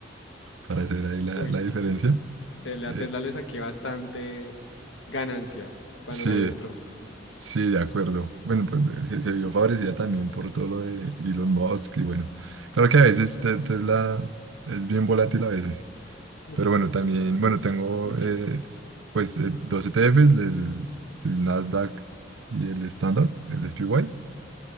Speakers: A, on the right (about 85°); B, on the left (about 80°).
A: para hacer ahí la,
B: Uy,
A: la diferencia.
B: te- la
A: Eh,
B: Tesla le saqué bastante ganancia cuando
A: sí,
B: ganó Trump.
A: sí, de acuerdo. Bueno, pues eh, se, se vio favorecida también por todo lo de Elon Musk y bueno, claro que a veces Te- Tesla es bien volátil a veces.
B: Uf.
A: Pero bueno, también,
B: <laughs>
A: bueno, tengo
B: Uy.
A: eh, pues eh, dos ETFs, el, el Nasdaq y el Standard, el S SPY.